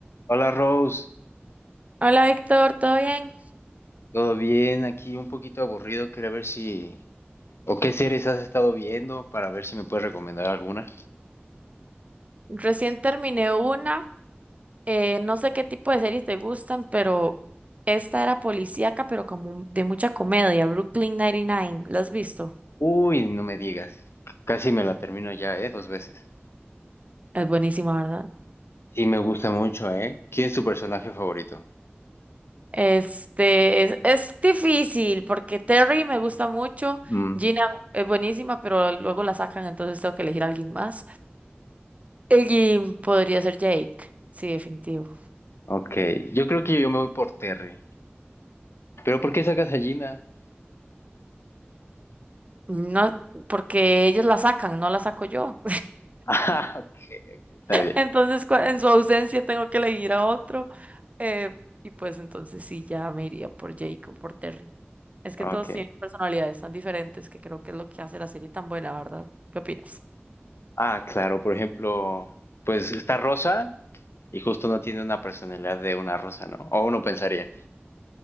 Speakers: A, on the left (about 80°); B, on the right (about 35°).
A: Hola Rose,
B: Hola Víctor, ¿todo bien?
A: ¿todo bien? Aquí un poquito aburrido, quería ver si... ¿O qué series has estado viendo para ver si me puedes recomendar alguna?
B: Recién terminé una, eh, no sé qué tipo de series te gustan, pero esta era policíaca, pero como de mucha comedia, Brooklyn 99, ¿la has visto?
A: Uy, no me digas. c- Casi me la termino ya, ¿eh? Dos veces.
B: Es buenísima, ¿verdad?
A: Sí, me gusta mucho, ¿eh? ¿Quién es tu personaje favorito?
B: Este, es, es difícil porque Terry me gusta mucho,
A: Mm,
B: Gina es buenísima, pero luego la sacan, entonces tengo que elegir a alguien más. Y podría ser Jake, sí, definitivo.
A: ok, yo creo que yo me voy por Terry. ¿Pero por qué sacas a Gina?
B: No, porque ellos la sacan, no la saco yo.
A: <laughs> Ah, ok, ok, está bien.
B: Entonces, cua- en su ausencia tengo que elegir a otro. eh, y pues entonces sí, ya me iría por Jake o por Terry. Es que
A: Ok.
B: todos tienen personalidades tan diferentes que creo que es lo que hace la serie tan buena, ¿verdad? ¿Qué opinas?
A: Ah, claro, por ejemplo, pues está Rosa y justo no tiene una personalidad de una rosa, ¿no? O uno pensaría.